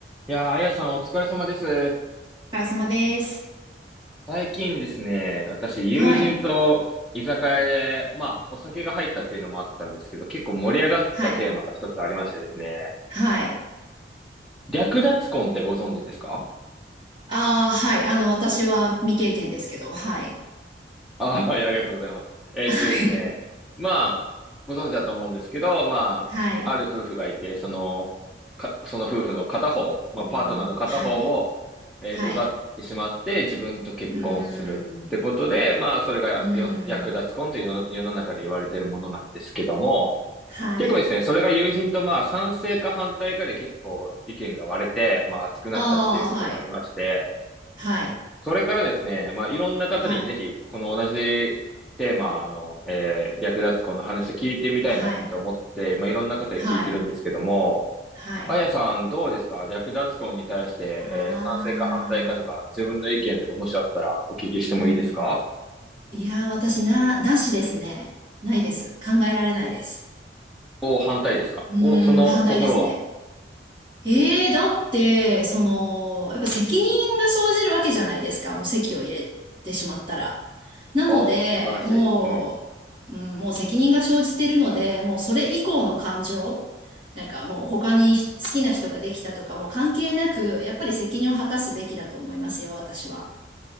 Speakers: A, in the centre; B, on the right.
A: いやー、あやさんお疲れ様です。
B: お疲れ様です。
A: 最近ですね、私友人と居酒屋で、
B: はい。
A: まあお酒が入ったっていうのもあったんですけど、結構盛り上がったテーマが一つありましてですね、
B: はい。はい。
A: 略奪婚ってご存知ですか
B: ああ、はい。あの、私は未経験ですけど、はい。
A: あ、はい、ありがとうございます。えーっとですね。
B: はい。
A: まあ、ご存知だと思うんですけど、まあ、
B: はい。
A: ある夫婦がいて、その、か、その夫婦の片方、まあ、
B: うん、
A: パートナーの片方を、
B: はい。
A: えー奪ってしまって、
B: はい。
A: 自分と結婚するってことで、
B: うん、
A: まあ、それがよ略奪婚というの世の中で言われているものなんですけども、
B: うん、はい。
A: 結構ですね、それが友人とまあ、賛成か反対かで結構意見が割れて、まあ、熱くなったっていうことがありまして、
B: ああ、はい。はい。
A: それからですね、まあ、いろんな方にぜひ、
B: はい。
A: この同じテーマの、えー略奪婚の話聞いてみたいなと思って、
B: はい。
A: 今いろんな方に聞いてるんですけども、
B: はい。はい。
A: あやさんどうですか略奪婚に対して、
B: あ
A: えー賛成か反対かとか、自分の意見とかもしあったらお聞きしてもいいですか
B: あ、うん。いやー、私な、なしですね。ないです。考えられないです。
A: お、反対ですかお、
B: うーん、
A: その心は
B: 反対ですね。ええだって、その、やっぱ責任が生じるわけじゃないですか。もう籍を入れてしまったら。なので、
A: お、素晴らしい。
B: もう、
A: うん。
B: うん、もう責任が生じているので、もうそれ以降の感情、なんかもう他に好きな人ができたとかもう関係なく、やっぱり責任を果たすべきだと思いますよ、私は。